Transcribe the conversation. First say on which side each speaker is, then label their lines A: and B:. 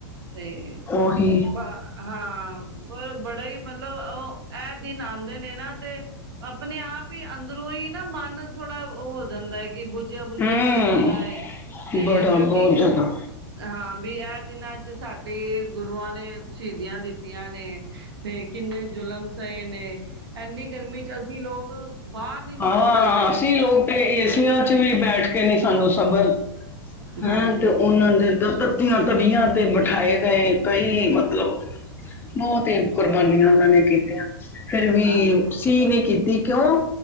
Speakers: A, on the right (about 75°); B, on the left (about 15°).
A: ਤੇ
B: ਉਹੀ
A: ਬਾ ਹਾਂ ਪਰ ਬੜਾ ਈ ਮਤਲਬ ਉਹ ਇਹ ਦਿਨ ਆਂਦੇ ਨੇ ਨਾ ਤੇ। ਆਪਣੇ ਆਪ ਈ ਅੰਦਰੋਂ ਈ ਨਾ ਮਨ ਥੋੜ੍ਹਾ ਉਹ ਹੋ ਜਾਂਦਾ ਐ ਕਿ ਬੁਝਿਆ ਬੁਝਿਆ
B: ਹਮ
A: ਵੀ ਹੋ ਜਾਂਦਾ ਐ ਤੇ
B: ਬੜਾ
A: ਕਿਉਂਕਿ।
B: ਬਹੁਤ ਜ਼ਿਆਦਾ
A: ਹਾਂ ਵੀ ਇਹ ਦਿਨਾਂ ਚ ਸਾਡੇ ਗੁਰੂਆਂ ਨੇ ਸ਼ਹੀਦੀਆਂ ਦਿੱਤੀਆਂ ਨੇ। ਤੇ ਕਿੰਨੇ ਜ਼ੁਲਮ ਸਹੇ ਨੇ ਇੰਨੀ ਗਰਮੀ ਚ ਅਸੀਂ ਲੋਗ ਬਾਹਰ। ਨਹੀਂ ਨਿਕਲ
B: ਹਾਂ
A: ਸਕਦੇ
B: ਅਸੀਂ ਲੋਕ ਤੇ ਏਸੀਆਂ ਚ ਵੀ ਬੈਠ ਕੇ ਨੀ ਸਾਨੂੰ ਸਬਰ। ਹੈਂ
A: ਹਾਂਜੀ
B: ਤੇ ਉਹਨਾਂ ਦੇ ਤਾਂ ਧੱਤੀਆਂ ਤਵੀਆਂ। ਤੇ ਬਿਠਾਏ ਗਏ ਕਈ ਮਤਲਬ ਬਹੁਤ ਈ ਕੁਰਬਾਨੀਆਂ ਉਹਨਾਂ ਨੇ ਕੀਤੀਆਂ। ਫਿਰ ਵੀ
A: ਹਾਂਜੀ
B: ਸੀ ਨੇ ਕੀਤੀ ਕਿਉਂ